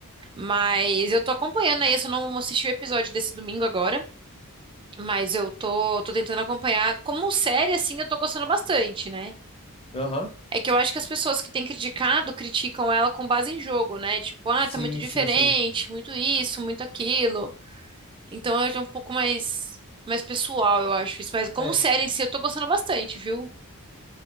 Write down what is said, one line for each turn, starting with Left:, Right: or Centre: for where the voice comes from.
Right: Mas eu tô acompanhando aí, eu só não assisti o episódio desse domingo agora, mas eu tô, tô tentando acompanhar. Como série, assim, eu tô gostando bastante, né?
Left: aham.
Right: É que eu acho que as pessoas que têm criticado criticam ela com base em jogo, né? Tipo, ah,
Left: Sim,
Right: tá muito diferente,
Left: sim, sim.
Right: muito isso, muito aquilo. Então é um pouco mais, mais pessoal, eu acho isso. Mas como
Left: é
Right: série em si, eu tô gostando bastante, viu?